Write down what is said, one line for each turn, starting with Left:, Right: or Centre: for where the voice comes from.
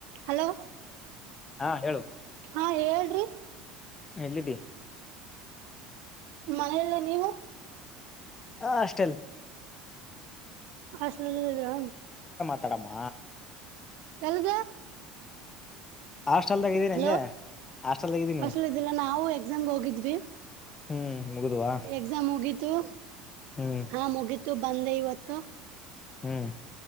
Right: Hello
Left: ಹಾ ಹೇಳು
Right: ಹಾ ಹೇಳ್ರಿ
Left: ಎಲ್ಲಿದ್ದಿ
Right: ಮನಲ್ಲ ನೀವು
Left: ಹಾ ಅಷ್ಟಲ್
Right: ಹಷ್ಟಲಲ್ಲ ಇದಿದರಾ
Left: ತ್ತಡಮ್ಮ
Right: ಎಲ್ಗೆ
Left: ಹಾಸ್ಟೆಲ್ದಾಗ ಇದೀನಿ
Right: ಹಲೋ
Left: ಅಂದೆ ಹಾಸ್ಟೆಲ್ದಾಗ ಇದೀನಿ
Right: ಅಸಲ್ ಇದಿಲ್ಲ ನಾವು ಎಕ್ಸಾಮ್ಗೆ ಹೋಗಿದ್ವಿ
Left: ಹ್ಮ್ ಮುಗಿದ್ವಾ
Right: ಎಕ್ಸಾಮ್ ಹೋಗಿ ತ್ತು
Left: ಹ್ಮ್
Right: ಹಾ ಮುಗಿತು ಬಂದೈವತ್ತು
Left: ಹ್ಮ್